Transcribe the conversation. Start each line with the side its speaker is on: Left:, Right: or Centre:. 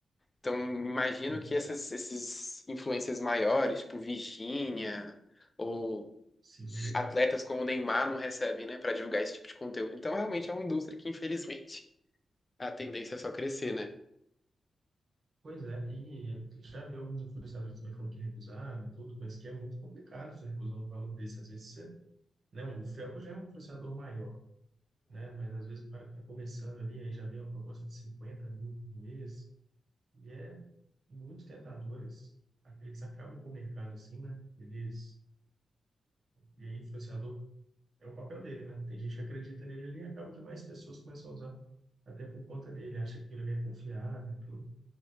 Left: Então, imagino
Right: É,
Left: que essas, esses influencers maiores, tipo Virgínia, ou
Right: sim.
Left: atletas como o Neymar, não recebem, né? Para divulgar esse tipo de conteúdo. Então, realmente é uma indústria que, infelizmente, a tendência é só crescer, né?
Right: Pois é, e eu já vi alguns influenciadores também falando que recusaram e tudo, mas que é muito complicado você recusar um valor desse. Às vezes você, né, o Felco já é um influenciador maior, né? Mas às vezes o cara que está começando ali, aí já vem uma proposta de 50 mil por mês, e é muito tentador. Eles, eles acabam com o mercado assim, né? Eles, e aí, influenciador é o papel dele, né? Tem gente que acredita nele ali e acaba que mais pessoas começam a usar, até por conta dele, acha que ele é confiável, tudo.